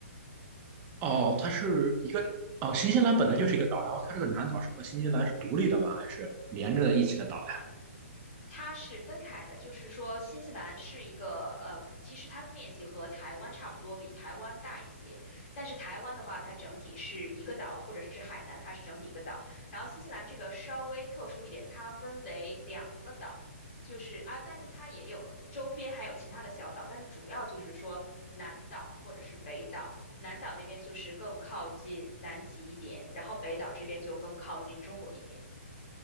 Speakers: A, on the right; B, on the left.
A: 哦，它是一个，哦，新西兰本来就是一个岛，然后它这个南岛是和新西兰是独立的吗？还是连着一起的岛
B: 它是分开的，就是说新西兰是一个呃，其实它面积和台湾差不多，比台湾大一些。但是台湾的话，它整体是一个岛，或者是海南，它是整体一个岛。然后新西兰这个稍微特殊一点，它分为两个岛，就是啊，但是它也有周边还有其他的小岛，但是主要就是说南岛或者是北岛。南岛那边就是更靠近南极一点，然后北岛这边就更靠近中国一点。